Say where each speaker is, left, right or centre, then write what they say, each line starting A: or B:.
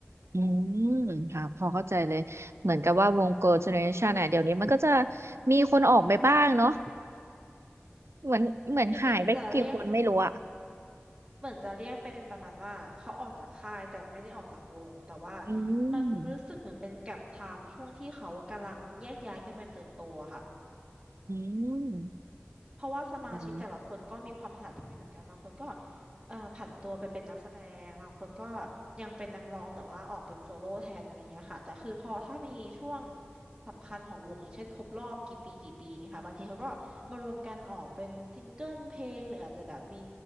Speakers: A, on the right; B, on the right.
A: อืมค่ะ พอเข้าใจเลย เหมือนกับว่าวง Girl Generation อ่ะเดี๋ยวนี้มันก็จะมีคนออกไปบ้างเนาะ เหมือนเหมือนหายไปกี่คนไม่รู้อะ
B: จริงๆมันจะเรียก เหมือนจะเรียกเป็นประมาณว่าเขาออกจากค่ายแต่ไม่ได้ออกจากวงแต่ว่า
A: อื
B: มันรู้สึกเหมือนเป็นแก็ปไทม์ช่วงที่เขากำลังแยกย้ายกันไปเติบโตอะค่ะ
A: มอืม
B: เพราะว่าสมาชิกแต่ละคนก็มีความถนัดที่ไม่เหมือนกันบางคนก็
A: อืม
B: เอ่อผันตัวไปเป็นนักแสดงบางคนก็ยังเป็นนักร้องแต่ว่าออกเป็นโซโล่แทนอะไรเงี้ยค่ะแต่คือพอถ้ามีช่วงสำคัญของวงอย่างเช่นครบรอบกี่ปีกี่ปีอย่างเงี้ยค่ะบางทีเขาก็มารวมกันออกเป็นซิงเกิลเพลงหรืออาจจะแบบมี